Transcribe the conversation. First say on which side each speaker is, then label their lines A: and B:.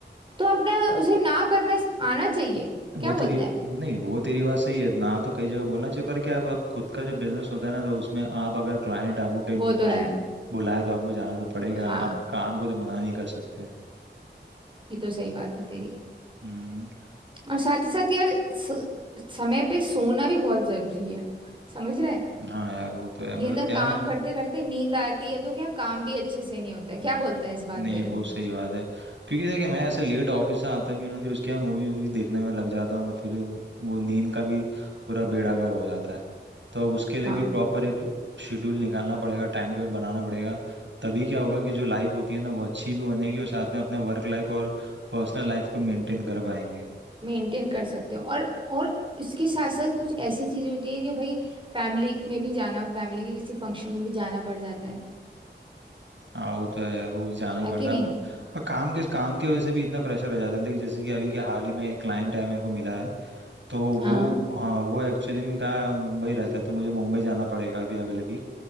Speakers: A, on the right; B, on the right.
A: तो अपना उसे ना करना आना चाहिए
B: वो
A: क्या बोलता
B: तेरी
A: है
B: नहीं वो तेरी बात सही है ना तो कई जगह बोलना चाहिए पर क्या आप, आप खुद का जो बिजनेस होता है ना तो उसमें आप अगर क्लाइंट आपको कहीं
A: वो
B: कुछ
A: तो है
B: बुलाए तो आपको जाना तो पड़ेगा
A: हाँ
B: आप काम को तो मना नहीं कर सकते
A: ये तो सही बात है तेरी
B: हम्म
A: और साथ ही साथ यार स- समय पे सोना भी बहुत जरूरी है समझ रहा है
B: हाँ यार वो तो है मतलब
A: ये ना
B: क्या
A: काम करते करते नींद आती है तो क्या काम भी अच्छे से नहीं होता है
B: हम्म,
A: क्या बोलता है इस बात
B: नहीं
A: पे तुम
B: वो सही बात है क्योंकि देखिए मैं ऐसे लेट ऑफिस से आता भी हूँ ना फिर उसके बाद मूवी वूवी देखने में लग जाता हूँ ना फिर वो नींद का भी पूरा बेड़ागर हो जाता है तो अब उसके लिए
A: हाँ
B: भी प्रॉपर एक शेड्यूल निकालना पड़ेगा टाइम टेबल बनाना पड़ेगा तभी क्या होगा कि जो लाइफ होती है ना वो अच्छी भी बनेगी और साथ में अपने वर्क लाइफ और पर्सनल लाइफ को मेंटेन कर पाएंगे
A: मेंटेन कर सकते हो और और इसके साथ साथ कुछ ऐसी चीजें होती है कि भाई फैमिली में भी जाना फैमिली के किसी फंक्शन में भी जाना पड़ जाता है
B: हाँ वो तो है यार वो भी जाना ही
A: है
B: पड़ता
A: कि नहीं
B: है अभी और काम के काम की वजह से भी इतना प्रेशर हो जाता है देखिए जैसे कि अभी के हाल ही में एक क्लाइंट है मेरे को मिला है तो
A: हाँ
B: वो हाँ वो एक्चुअली में कहा मुंबई रहता है तो मुझे मुंबई जाना पड़ेगा अभी अगले वीक